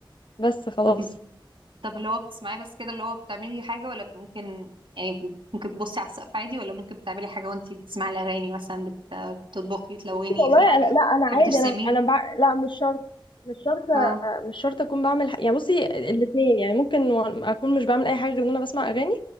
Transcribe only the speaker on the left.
بس خلاص
والله
أنا لا أنا
عادي
أنا أنا بع... لا مش شرط مش شرط
مش شرط أكون بعمل ح... يعني بصي الاتنين يعني ممكن وأنا- أكون مش بعمل أي حاجة غير إن أنا بسمع أغاني